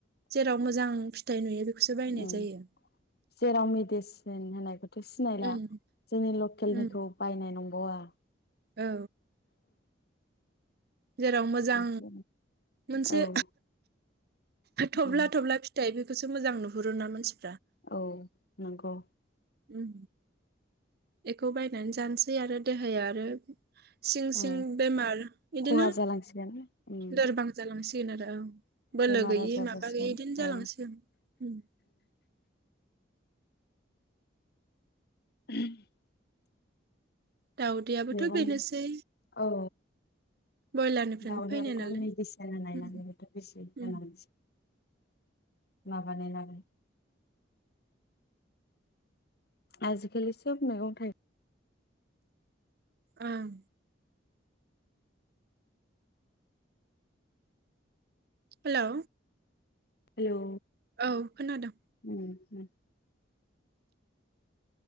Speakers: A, on the right; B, on the left.
A: जेराव मोजां फिथाइ नुयो बेखौसो बायनाय
B: उम
A: जायो
B: जेराव मेडिसिन होननायखौथ' सिनायला
A: उम
B: जोंनि लकेलनिखौ
A: उम
B: बायनाय नं बावा
A: औ जेराव मोजां
B: बिदि
A: मोनसे
B: आरो।
A: थब्ला
B: औ
A: थब्ला फिथाइ बेफ बेखौसो मोजां नुहुरो ना मानसि
B: औ नंगौ
A: ओम बेखौ बायनानै जानोसै आरो देहाया आरो सिं सिं
B: ओ
A: बेमार बिदिनो
B: खहा जालांसिगोन उम
A: लोरबां जालांसिगोन आरो औ बोलो
B: बेमार
A: गैयि
B: आजार
A: माबा
B: जासिगोन
A: गैयि इदिनो जालांसिगोन
B: ओ
A: उम
B: <inaudible>
A: दाउदैयाबोथ'
B: मैगं
A: बेनोसै
B: औ
A: बयलारनिफ्रायनो
B: गावनियावबोथ'
A: फैनाय नालाय
B: मेडिसिन होनना
A: उम
B: बेबोथ'
A: उम
B: <unintelligible> माबानाय ना आजिखालि सोब मैगं थाइ
A: ओं हेलौ
B: हेलौ
A: औ खोनादों।
B: उम उम।